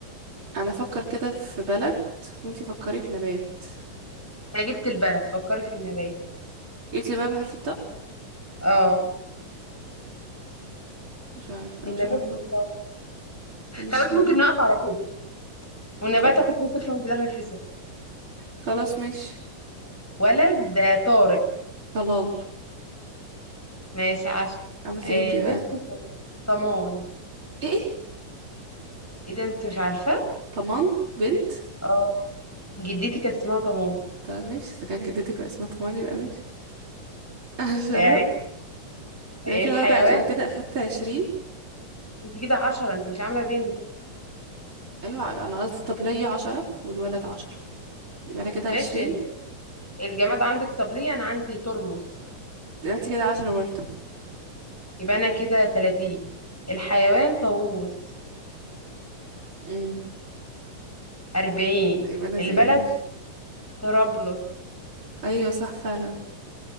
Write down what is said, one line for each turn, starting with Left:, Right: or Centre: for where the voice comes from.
Right: انا افكر كده في بلد وانتي فكري في نبات
Centre: أنا جبت البلد فكري في النبات
Right: جبتي بقى بحرف الطاء
Centre: اه
Right: مش عارفة انا
Centre: النبات
Right: مش عارفة
Centre: إيه
Right: افكر
Centre: طب؟
Right: مش
Centre: خلاص
Right: عارفة
Centre: ممكن نقف على كده والنبات
Right: طب
Centre: آخد فيه صفر وأنت داخل فيه صفر
Right: خلاص ماشي
Centre: ولد طارق
Right: طلال
Centre: ماشي عشان
Right: عملتي
Centre: آه،
Right: بنت
Centre: البنت
Right: إيه بقى
Centre: طمان
Right: ايه إيه؟
Centre: ايه ده انت مش عارفة
Right: طمان بنت
Centre: اه جدتي كانت اسمها طمان
Right: طب ماشي اذا كان جدتك بقى اسمها طمان يبقى ماشي <laughs> شراء
Centre: آه،
Right: يبقى
Centre: الحيوان
Right: كده واخدة عش... انا كده اخدت عشرين
Centre: انت كده عشرة انت مش عاملة بنت
Right: ايوه انا قصدي طب ليا عشرة والولد عشرة يبقى انا كده
Centre: ماشي
Right: عشرين
Centre: الجماد عندك طب ليه انا عندي ترمس
Right: انت كده عشرة برضه
Centre: يبقى انا كده تلاتين الحيوان طاووس
Right: امم
Centre: اربعين
Right: يبقى انا
Centre: البلد
Right: زيرو ماشي
Centre: طرابلس
Right: ايوه صح فعلا